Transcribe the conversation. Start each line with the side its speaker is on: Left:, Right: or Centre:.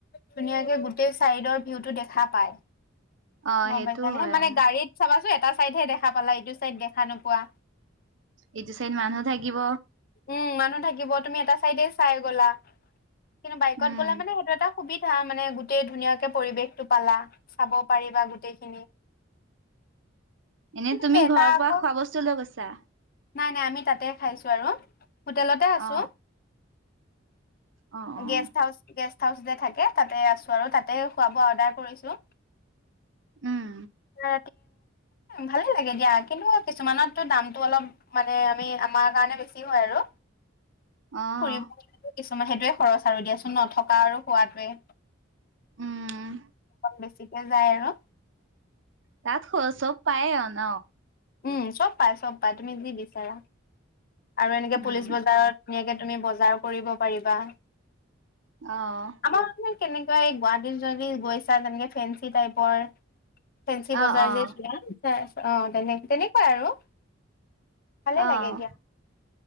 Left: ধুনীয়াকে গোটেই চাইডৰ ভিউটো দেখা পায়
Right: অ',
Left: গম
Right: সেইটো
Left: পাইছা নে
Right: হয়
Left: মানে
Right: উম,
Left: গাড়ীত চাবাচো এটা চাইডহে দেখা পালা এইটো চাইদ দেখা নোপোৱা।
Right: এইটো চন মানুহ থাকিব
Left: উ মানুহ থাকে থাকিব তুমি এটা চাইডে চাই গ'লা কিন্তু বাইকত
Right: উম,
Left: গ'লে মানে সেইটো এটা সুবিধা মানে গোটেই ধুনীয়াকে পৰিৱেশটো পালা চাব পাৰিবা গোটেইখিনি
Right: এনে
Left: কিন্তু
Right: তুমি
Left: সেই এটা
Right: ঘৰৰ
Left: আকৌ
Right: পৰা খোৱা বস্তু লৈ গৈছা
Left: নাই নাই আমি তাতে খাইছো আৰু হোটেলতে আছো
Right: অ অ', অ',
Left: গেষ্ট হাউচ গে হাউচতে থাকে তাতে আছোঁ আৰু তাতে খোৱ বোৱা অৰ্ডাৰ কৰিছোঁ
Right: উম,
Left: অ ভালেই লাগে দিয়া কিন্তু কিছুমানতো দামটো অলপ মানে আমি আমাৰ কাৰণে বেছি হয় আৰু
Right: আহ
Left: ফুৰিব কিছুমান সেইটোৱে খৰচ আৰু দিয়াচোন নথকা আৰু হোৱাটোৱে
Right: উম
Left: বেছিকে যায় আৰু
Right: তাত চব পায় অ ন
Left: উম চব পাই চব পাই তুমি যি বিচাৰা আৰু এনেকে
Right: উম,
Left: পুলিচ বজাৰত ধুনীয়াকে তুমি বজাৰ কৰিব পাৰিবা
Right: আহ
Left: আমাৰ মানে কেনেকুৱা এই গুৱাহাটীত যদি গৈছা তেনেকে ফেঞ্চি টাইপৰ ফেন্ঞ্চি
Right: অ',
Left: বজাৰ
Right: অ',
Left: যেছিল অ তেনে তেনেকুৱাই আৰু ভালে
Right: অ',
Left: লাগে দিয়া